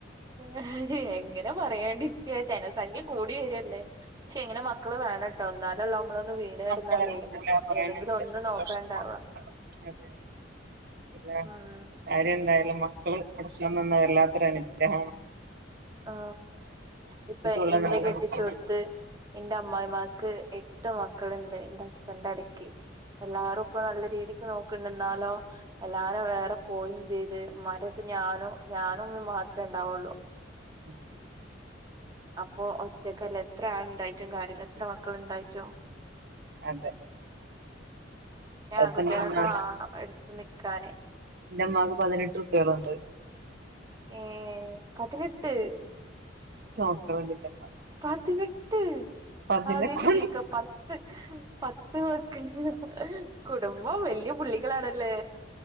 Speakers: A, on the right (about 20°); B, on the right (about 55°).
A: <unintelligible> ഹ. എങ്ങനെ പറയാണ്ടിരിക്ക്യ ജനസംഖ്യ കൂടി വെരെല്ലെ ക്ഷെ ഇങ്ങനെ മക്കള് വേണട്ടോ എന്നാല നമ്മളൊന്ന് വീണ് കെടുന്നാല്
B: മക്കള് അൽഹംദുലില്ലാഹ് പറയാൻ
A: ഏതെങ്കിലൊ
B: കഴിഞ്ഞതിൽ
A: ന്ന്
B: സന്തോഷം
A: നോക്കാണ്ടവാ.
B: അതെ <unintelligible>
A: ഉം
B: കാര്യ എന്തായാലും മക്കള് പടച്ചോൻ തന്ന വല്ലാത്തൊരു അനുഗ്രഹ
A: ആ ഇപ്പൊ
B: ഉള്ള
A: എന്റെ
B: നല്ല
A: കെട്ടിച്ചോട്ത്ത്
B: മക്കള്
A: എന്റെ അമ്മായിമാക്ക് എ ട്ട് മക്കള്ണ്ട് ന്റെ ഹസ്ബന്റടക്കി എല്ല <unintelligible> നല്ല രീതിക്ക് നോക്ക് ണ്ട് ന്നാലോ എല്ലാരു വേറെ പോയിൻ ചെയ്ത് മ്മാന്റെട്ത് ഞ ഞാനു മ്മി മാത്രെ ഉണ്ടാവുള്ളൂ.
B: മം.
A: അപ്പൊ ഒറ്റക്കല്ലെ എത്ര ആള്ണ്ടായിറ്റും കാര്യല്ല്യ എത്ര മക്കളുണ്ടായിറ്റു.
B: അതെ.
A: <unintelligible> ആങ്കുട്ടിളൊക്കെ
B: അതിപ്പോ എന്റെ ഉമ്മാ
A: വാണം എട്ത്ത് നിക്കാന്.
B: ന്റമ്മാക്ക് പതിനെട്ട് കുട്ടിയാളുണ്ട്.
A: ഏ പതിനെട്ട്.
B: നോക്കണൊന്നൂല്യ.
A: പതിനെട്ട്.
B: പതിനെട്ട്
A: ആദ്യയിറ്റ് കേക്ക പത്ത് പത്ത് <unintelligible> കുടുംബം വല്യ പുള്ളികളാണല്ലേ?